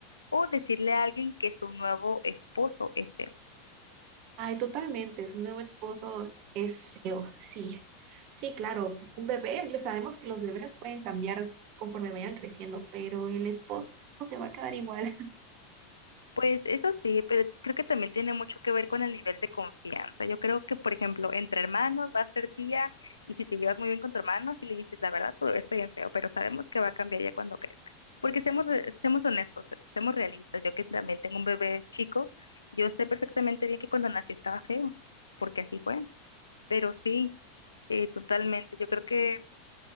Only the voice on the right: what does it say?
Ay, totalmente, su nuevo esposo es feo, sí. Sí, claro, un bebé, lo sabemos que los bebés pueden cambiar conforme vayan creciendo, pero el esposo se va a quedar igual.